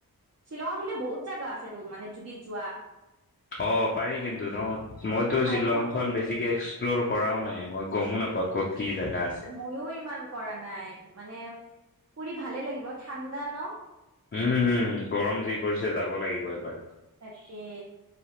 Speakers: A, on the right; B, on the left.
A: শ্বিলঙৰ ফালে বহুত জাগা আছেতো মানে যদি যোৱা।
B: অ পাৰি কিন্তু ন মইতো
A: ঠাইবোৰো
B: শ্বিলংখন বেছিকে এক্সপ্ল'ৰ কৰাও নাই মই গমো নপাও কত কি জেগা আছে
A: ময়ো ইমান কৰা নাই। মানে ফুৰি ভালে লাগিব ঠাণ্ডা ন।
B: উম হম গৰম যি পৰিছে যাব লাগিব এবাৰ।
A: তাকে